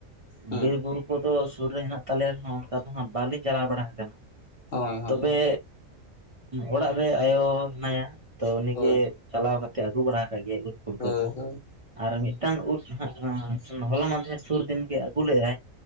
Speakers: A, on the left (about 50°); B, on the right (about 30°).
A: ᱦᱮᱸ
B: ᱵᱤᱨ-ᱵᱩᱨᱩ ᱠᱚ ᱫᱚ ᱥᱩᱨ ᱨᱮ ᱦᱮᱱᱟᱜ ᱛᱟᱞᱮ ᱨᱮᱦᱚᱸ ᱚᱱᱠᱟ ᱫᱚ ᱦᱟᱸᱜ ᱵᱟᱞᱤᱧ ᱪᱟᱞᱟᱣ ᱵᱟᱲᱟ ᱦᱟᱠᱟᱱᱟ
A: ᱦᱳᱭ ᱦᱳᱭ
B: ᱛᱚᱵᱮ ᱚᱲᱟᱜ ᱨᱮ ᱟᱭᱳ ᱦᱮᱱᱟᱭᱟ ᱛᱚ ᱩᱱᱤ
A: ᱦᱳᱭ
B: ᱜᱮ ᱪᱟᱞᱟᱣ ᱠᱟᱛᱮᱫ ᱟᱹᱜᱩ ᱵᱟᱲᱟ ᱦᱟᱠᱟᱜ ᱜᱮᱭᱟᱭ ᱩᱫ ᱯᱩᱴᱠᱟᱹ
A: ᱦᱳᱭ
B: ᱠᱚ
A: ᱦᱳᱭ
B: ᱟᱨ ᱢᱤᱫᱴᱟᱝ ᱩᱫ ᱦᱟᱸᱜ ᱦᱚᱞᱟ ᱢᱟᱸᱫᱷᱮᱨ ᱥᱩᱨᱫᱤᱱ ᱜᱮ ᱟᱹᱜᱩ ᱞᱮᱜ-ᱟᱭ